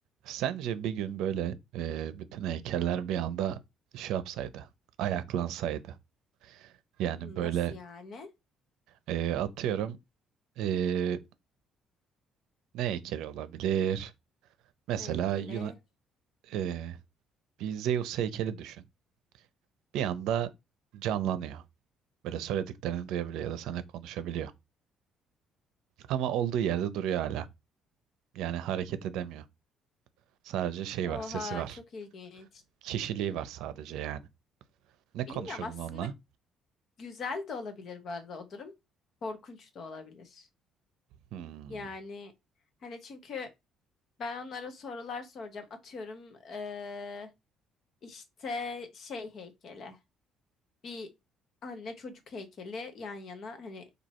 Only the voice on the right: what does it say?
Sence bir gün böyle e, bütün heykeller bir anda şey yapsaydı, ayaklansaydı. Yani
böyle
e, atıyorum e, ne heykeli olabilir? Mesela
Yuna, e, bir Zeus heykeli düşün. Bir anda canlanıyor. Böyle söylediklerini duyabiliyor ya da seninle konuşabiliyor. Ama olduğu yerde duruyor hala. Yani hareket edemiyor. Sadece şey
var, sesi var.
Kişiliği var sadece yani. Ne konuşurdun
onunla?
Hmm.